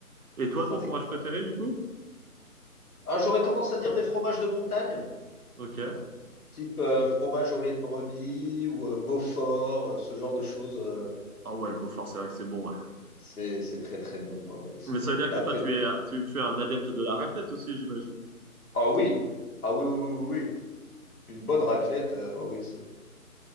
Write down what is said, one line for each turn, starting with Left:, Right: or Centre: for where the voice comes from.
Right: Et toi,
Left: Saint-Nectaire,
Right: ton fromage préféré
Left: ouais.
Right: du coup?
Left: Ah, j'aurais tendance à dire des fromages de montagne,
Right: Ok.
Left: type euh, fromage au lait de brebis ou euh, Beaufort, euh, ce genre de choses. euh,
Right: Ah ouais, le Beaufort, c'est vrai que c'est bon. ouais.
Left: c'est, c'est très très bon. ouais, oui, c'est...
Right: Mais ça veut dire
Left: Mais
Right: que
Left: après,
Right: toi, tu es, tu, tu es un adepte de la raclette aussi, j'imagine.
Left: ah oui, ah oui, oui, oui, oui. oui. Une bonne raclette, euh, ah oui. c'est-